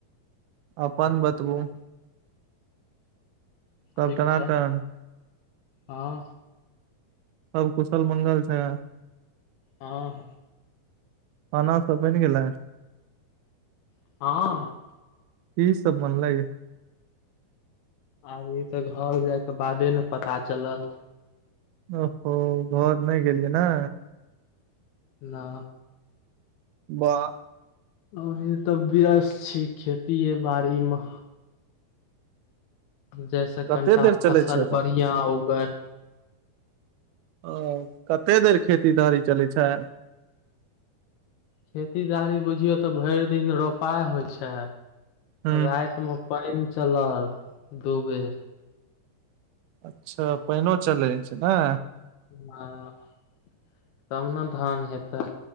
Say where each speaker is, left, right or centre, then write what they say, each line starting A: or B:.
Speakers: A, on the right; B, on the left.
A: अपन बतबू
B: ठीक छै
A: सब
B: ठीक
A: टनाटन
B: छै हँ।
A: सब कुशल मंगल छै।
B: हँ -हँ
A: खाना सब बईन गेलै,
B: हँ
A: कि सब बनलेइ।
B: आ इ त घर जायके बादे ने पता चलत।
A: ओ हो घर नै गेलियै ने।
B: ना
A: वाह
B: अभी तऽ व्यस्त छी, खेतीे बाड़ी मे। जैसे
A: कते
B: कनिटा
A: देर चलै
B: फसल
A: छै अपन
B: बढ़िया उगे।
A: आ कते देर खेती धड़ी चलैत छै।
B: खेती दारी बुझियौ तऽ भरि दिन रोपाइ होइ छै,
A: हूँ
B: राईत मऽ। पाईन चलल दू बेर।
A: अच्छा पाईनओ चले छै ने।
B: हँ तब ने धान हेतै